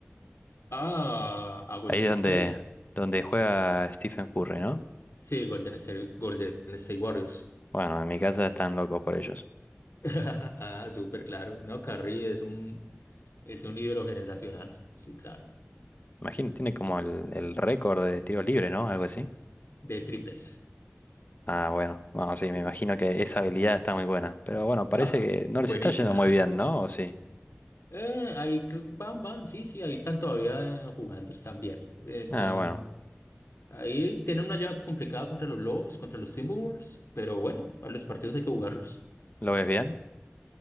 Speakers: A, on the left (about 85°); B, on the left (about 45°).
A: Ah, a Golden
B: Ahí es donde,
A: State.
B: donde juega Stephen Curry, ¿no?
A: Sí, Golden State, Golden State Warriors.
B: Bueno, en mi casa están locos por ellos.
A: <laughs> Ah, súper claro. No, Curry es un, es un ídolo generacional. Sí, claro.
B: Imagino, tiene como el, el récord de tiros libres, ¿no? Algo así.
A: De triples.
B: Ah, bueno, no, sí,
A: De-
B: me imagino que esa habilidad está muy buena. Pero bueno, parece
A: ah,
B: que no
A: buenísima.
B: les está yendo muy
A: <laughs>
B: bien, ¿no? ¿O sí?
A: Eh, ahí cl- van, van, sí, sí, ahí están todavía eh, jugando, están bien. Están,
B: Ah, bueno,
A: ahí tienen una llave complicada contra los Lobos, contra los Timberwolves, pero bueno, a los partidos hay que jugarlos.
B: ¿lo ves bien?